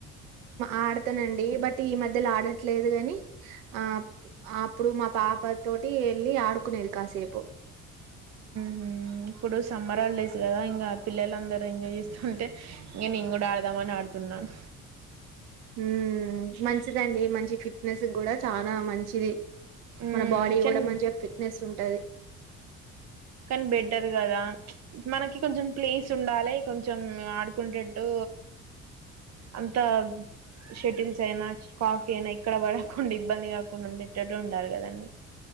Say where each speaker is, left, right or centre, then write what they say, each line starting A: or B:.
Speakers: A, on the right; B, on the right.
A: ఆడతానండి బట్ ఈ మధ్యలో ఆడట్లేదు ని ఆ అప్పుడు మా పాప తోటి వెళ్ళి ఆడు కునేదు కాసేపు
B: మ్హూ ఇప్పుడు సమ్మర్ హాలిడేస్ కదా ఇంకా పిల్లలందరూ ఎంజాయ్ చేస్తుంటే ఇంక నేను కూడా ఆడదామని ఆడుతున్నాను
A: ఉ మంచిదండి మంచి ఫిట్నెస్ కూడా చాలా మంచిది
B: మ్మ్
A: మన బాడీ
B: చన్
A: కూడా మంచిగా ఫిట్నెస్ ఉంటది
B: కానీ బెటర్ కదా మనకి కొంచెం ప్లేస్ ఉండాలి కొంచెం ఆడుకునేట్టు అంత షటిల్స్ అయినా కాక్ అయినా ఇక్కడ పడకుండా ఇబ్బంది కాడకుండా ఉండేటట్టు ఉండాలి కదండి